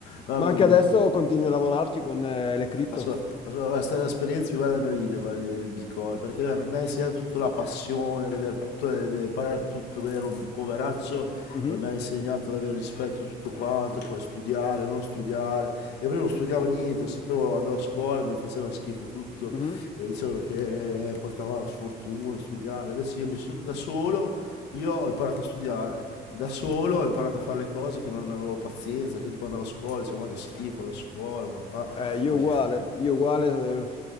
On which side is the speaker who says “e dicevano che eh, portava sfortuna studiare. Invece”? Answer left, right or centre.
Left